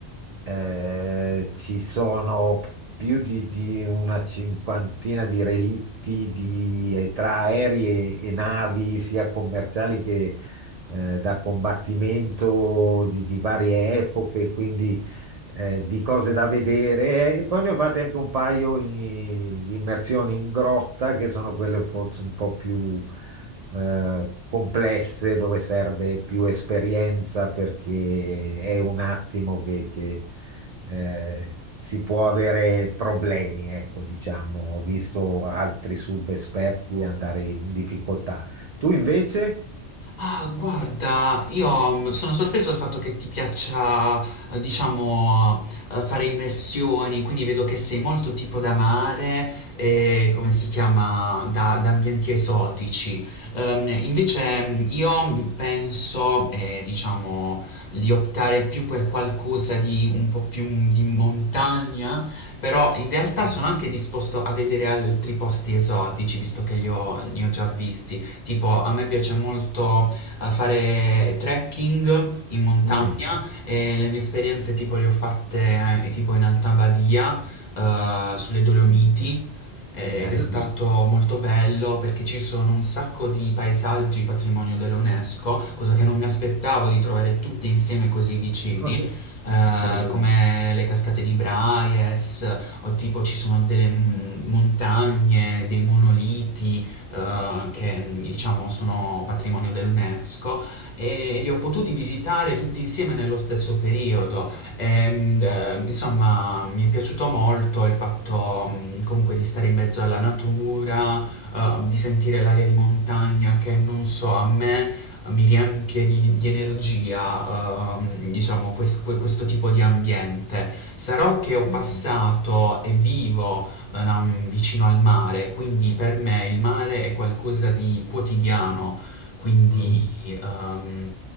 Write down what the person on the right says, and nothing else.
eh, ci sono più di, di una cinquantina di relitti di- eh, tra aerei e, e navi, sia commerciali che eh, da combattimento di, di varie epoche, quindi eh, di cose da vedere eh, e poi ne ho fatte anche un paio in- di immersioni in grotta che sono quelle forse un po' più eh, complesse dove serve più esperienza perché è un attimo che, che, eh, si può avere problemi, ecco, diciamo. Ho visto altri subesperti andare in difficoltà. Tu invece?
Mm,
bello,
<laughs>
incredibile.
Mm.